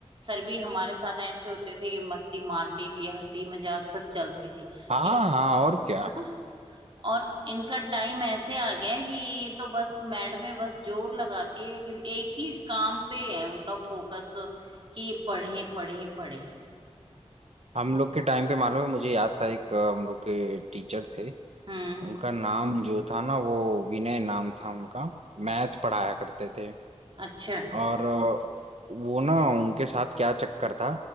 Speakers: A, on the right; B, on the right.
A: सर भी हमारे साथ ऐसे होते थे कि मस्ती मारती थी हंसी मजाक सब चलती थी
B: हाँ
A: इन
B: हाँ और क्या
A: है ना और इनका टाइम ऐसे आ गया है कि ये तो बस मैडमें बस जोर लगाती है कि एक ही काम पे है उनका फोकस कि ये पढ़े पढ़े पढ़े
B: हम लोग के टाइम पे मालूम है मुझे याद था एक अ, हम लोग के टीचर थे
A: हम्म
B: उनका नाम जो था ना वो विनय नाम था उनका मैथ पढ़ाया करते थे
A: अच्छा
B: और अ, वो ना उनके साथ क्या चक्कर था